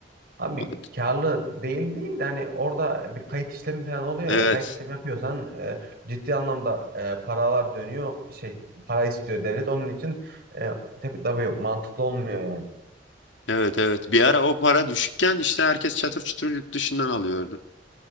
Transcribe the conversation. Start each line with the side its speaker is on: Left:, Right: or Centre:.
Right: Abi
Left: O-
Right: karlı değil değil de hani orada bir kayıt işlemi falan oluyor
Left: Evet
Right: ya kayıt işlemi yapıyorsan e, ciddi anlamda e, paralar dönüyor şey para istiyor devlet onun için e, tabii, tabii mantıklı olmuyor yani.
Left: evet evet bir ara o para düşükken işte herkes çatır çutur yurt dışından alıyordu.